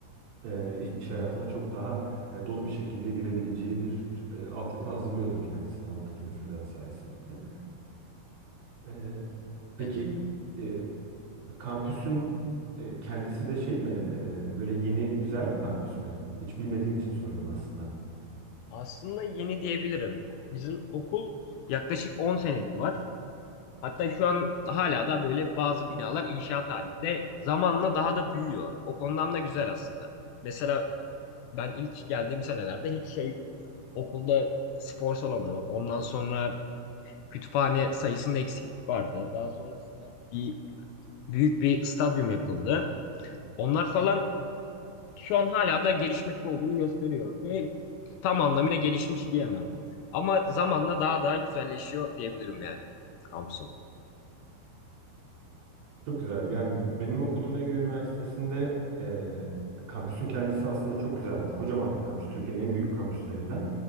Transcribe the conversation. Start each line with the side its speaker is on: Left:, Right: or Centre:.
Right: e, iş hayatına çok daha e, dolu bir şekilde girebileceği bir e, altyapı hazırlıyordur kendisine oradaki müfredat sayesinde. E, peki.
Left: elbette.
Right: e, Kampüsün e, kendisi de şey mi? E, böyle yeni güzel bir kampüs mü? Hiç bilmediğim için soruyorum aslında.
Left: Aslında yeni diyebilirim. Bizim okul yaklaşık 10 senedir var. Hatta şu an hala da böyle bazı binalar inşaat halinde zamanla daha da büyüyor. O konudan da güzel aslında. Mesela ben ilk geldiğim senelerde hiç şey okulda spor salonu, ondan sonra kütüphane sayısında eksiklik vardı. Daha sonrasında bir büyük bir stadyum yapıldı. Onlar falan şu an hala da gelişmekte olduğunu gösteriyor ve tam anlamıyla gelişmiş diyemem. Ama zamanla daha daha güzelleşiyor diyebilirim yani kampüs olarak.
Right: Çok güzel. Yani benim okuduğum Ege Üniversitesi'nde e, kampüsün kendisi aslında çok güzeldi. Kocaman bir kampüs. Türkiye'nin en büyük kampüslerinden.